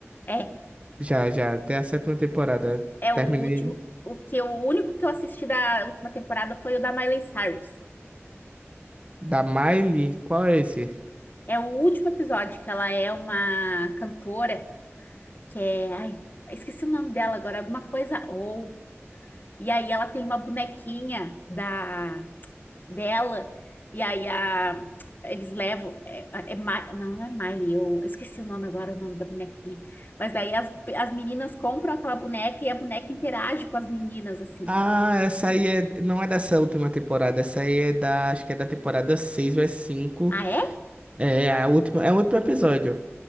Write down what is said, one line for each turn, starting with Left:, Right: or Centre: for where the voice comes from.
Left: É,
Right: Já, já, até a sétima temporada.
Left: é o
Right: Terminei.
Left: último, o que eu- o único que eu assisti da última temporada foi o da Miley Cyrus.
Right: Da Miley? Qual é esse?
Left: É o último episódio que ela é uma cantora que é, ai, esqueci o nome dela agora, alguma coisa ou. E aí ela tem uma bonequinha da dela e aí a Eles levam, é, é, Ma- não, não é Miley, eu esqueci o nome agora, o nome da bonequinha. Mas daí as, as meninas compram aquela boneca e a boneca interage com as meninas, assim.
Right: Ah, essa aí é, não é dessa última temporada, essa aí é da, acho que é da temporada 6 ou é 5.
Left: Ah, é?
Right: É a última, é o último episódio